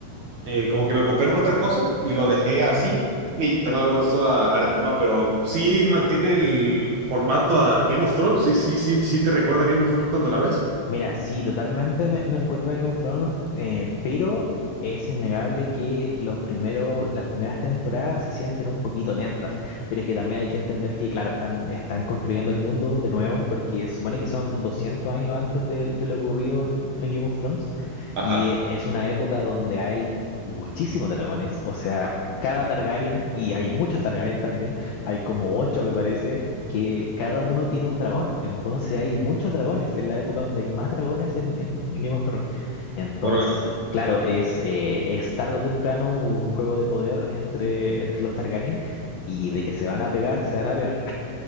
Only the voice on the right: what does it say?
eh, como que me ocupé en otra cosa y lo dejé así y ya no lo he vuelto a, a retomar, pero sí mantiene el formato a Game of Thrones, sí, sí, sí, sí te recuerda a Game of Thrones cuando la ves.
Ajá,
órale.